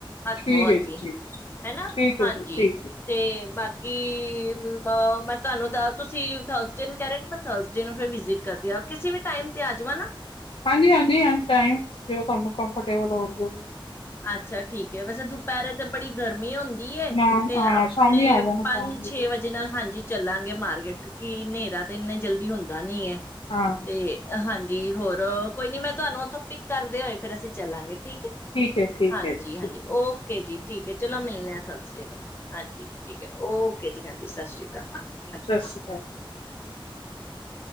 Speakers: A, on the left; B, on the left.
A: ਹੱਥੋਂ-ਹੱਥੀ
B: ਠੀਕ ਹੈ ਜੀ ਠੀਕ
A: ਹਨਾ,
B: ਠੀਕ
A: ਹਾਂਜੀ
B: ਹੈ ਜੀ ਠੀਕ ਹੈ
A: ਤੇ ਬਾਕੀ ਕਿ ਮੈਂ ਤੁਹਾਨੂੰ ਤੁਸੀ ਥਾਸਡੇ ਨੂੰ ਕਹਿ ਰਹੇ ਮੈ ਥਾਸਡੇ ਨੂ ਫਿਰ ਵਿਸਿਟ ਕਰਦੀੇ ਹਾਂ ਕਿਸੀ ਵੀ ਟਾਇਮ ਤੇ ਆ ਜਾਵ ਨਾ।
B: ਹਾਂਜੀ-ਹਾਂਜੀ, ਜੋ ਤੁਹਾਨੂੰ ਕਮਫਰਟੇਬਲ ਹੋ।
A: ਅੱਛਾ, ਠੀਕ ਹੈ, ਵੈਸੇ ਦੁਪਹਿਰੇ ਤੇ ਬੜੀ ਗਰਮੀ ਹੁੰਦ ਦੀ ਹੈ
B: ਨਾ
A: ਤੇ
B: ਹਾਂ
A: ਆਪਣੇ
B: ਸ਼ਾਮੀ ਆ ਜਾਣਾ
A: ਪੰਜ-ਛੇ
B: ਸ਼ਾਮ ਵੇਲੇ
A: ਵਜੇ ਨਾਲ ਹਾਂਜੀ ਚੱਲਾਂਗੇ ਮਾਰਕੀਟ, ਕਿਉਂਕਿ ਹਨੇਰਾ ਤਾਂ ਇੰਨਾ ਜਲਦੀ ਹੁੰਦਾ ਨੀ ਹੈ।
B: ਹਾਂ
A: ਤੇ ਹਾਂਜੀ ਹੋਰ ਕੋਈ ਨੀ ਮੈਂ ਤੁਹਾਨੂੰ ਉੱਥੋਂ ਪਿੱਕ ਕਰਦੇ ਹੋਏ ਫੇਰ ਅਸੀਂ ਚੱਲਾਂਗੇ। ਠੀਕ ਹੈ।
B: ਠੀਕ ਹੈ ਠੀਕ
A: ਹਾਂਜੀ-ਹਾਂਜੀ
B: ਹੈ ਜੀ ਠੀਕ।
A: ਉਹ ਓਕੇ ਜੀ ਠੀਕ ਹੈ ਚਲੋ ਮਿਲਣੇ ਆ ਥ ਹਾਂਜੀ ਠੀਕ ਹੈ ਓਕੇ ਜੀ। ਕਹਂਦੀ ਸਤਿ ਸ਼੍ਰੀਕ
B: ਸਤਿ ਸ਼੍ਰੀ
A: <inaudible>
B: ਅਕਾਲ